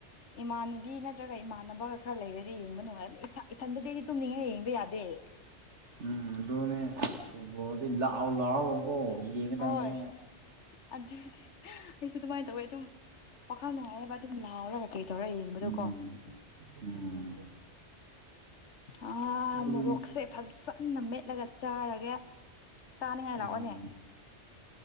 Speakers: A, on the left; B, on the right.
A: ꯏꯃꯥꯟꯅꯕꯤ ꯅꯠꯇ꯭ꯔꯒ ꯏꯃꯥꯟꯅꯕꯒ ꯈꯔ ꯂꯩꯔꯗꯤ ꯌꯦꯡꯕ ꯅꯨꯡꯉꯥꯏ ꯏꯊꯟꯗꯗꯤꯗꯤ ꯇꯨꯝꯅꯤꯡꯉꯒ ꯌꯦꯡꯕ ꯌꯥꯗꯦ ꯍ <unintelligible> <inaudible>
B: ꯎꯝ ꯑꯗꯨꯅꯦ ꯐꯨꯠꯕꯣꯜꯗꯤ ꯂꯥꯎꯑꯣ ꯂꯥꯛꯑꯣꯔꯣꯀꯣ ꯌꯦꯡꯒꯗꯕꯅꯦ
A: ꯍꯣꯏ ꯑꯗꯨꯗꯤ ꯑꯩꯁꯨ ꯑꯗꯨꯃꯥꯏꯅ ꯇꯧꯋꯦ ꯑꯗꯨꯝ ꯋꯥꯈꯜ ꯅꯨꯡꯉꯥꯏꯅꯕ ꯑꯗꯨꯝ ꯂꯥꯎꯔꯒ ꯀꯩ ꯇꯧꯔ ꯌꯦꯡꯕꯗꯣꯀꯣ
B: ꯎꯝ ꯎꯝ
A: ꯑꯥ
B: ꯃꯣꯏꯗꯤ
A: ꯃꯣꯔꯣꯛꯁꯦ ꯐꯖꯅ ꯃꯦꯠꯂꯒ ꯆꯥꯔꯒꯦ ꯆꯥꯅꯤꯡꯉꯥꯏ ꯂꯥꯛꯑꯣꯅꯦ
B: ꯑꯝ